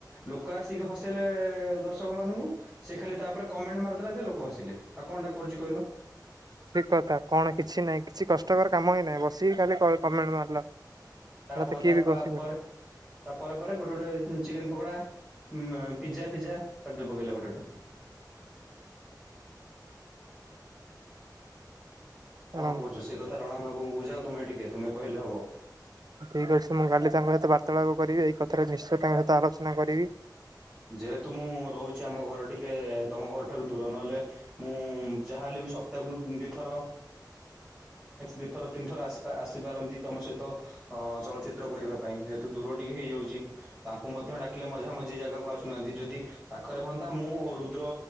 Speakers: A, on the right; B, on the right.
A: ଲୋକ ଆସିକି ହସେଇଲେ ଦର୍ଶକ ମାନଙ୍କୁ ସେ ଖାଲି ତାପରେ କମେଣ୍ଟ ମାରିଦେଲା ଯେ ଲୋକ ହସିଲେ ଆଉ କଣଟା କରୁଛି କହିଲ।
B: ସେ କଥା କଣ କିଛି ନାହିଁ କିଛି କଷ୍ଟକର କାମ ହିଁ ନାହିଁ ବସିକି ଖାଲି କମେଣ୍ଟ ମାରିଲ।
A: ତାପ
B: ଏଟା ତ କିଏ
A: ତା
B: ବି ବସି
A: ପରେ ତା ପରେ ପରେ ଗୋଟେ ଗୋଟେ ଚିକେନ ପକୋଡା। ଉ ପିଜ୍ଜା ଫିଜ୍ଜା ଆ ପକେଇଲା ପଟୋଟା। ତ
B: ଛାଡ଼ନ୍ତୁ
A: କଣ କହୁଛ ସେଇ କଥା ରଣ ବାବୁ ବୁଝାଉ। ତୁମେ ଟିକେ ତୁମେ କହିଲେ ହବ।
B: ଠିକ ଅଛି ମୁଁ କାଲି ତାଙ୍କ ସହିତ କରିବି ଏଇ କଥାରେ ନିଶ୍ଚୟ ତାଙ୍କ ସହିତ ଆଲୋଚନା କରିବି।
A: ଯେହେତୁ ମୁଁ ରହୁଛି ଆମ ଘର ଟିକେ ତମ ଘରଠାରୁ ଦୂର ନହେଲେ ମୁଁ ଯାହାହଲେ ବି ସପ୍ତାହକୁ ଦିଥର ଦିଥର ତିନିଥର ଆସିପାରନ୍ତି ତମ ସହିତ ଚଳଚିତ୍ର କରିବା ପାଇଁ ଯେହେତୁ ଦୂର ଟିକେ ହେଇଯାଉଛି ତାଙ୍କୁ ମଧ୍ୟ ଡାକିଲେ ମଝାମ ମଝି ଜାଗାକୁ ଆସ। ୁନାହାନ୍ତି ଯଦି ପାଖରେ ହୁଅନ୍ତା ମୁଁ ଓ ରୁଦ୍ର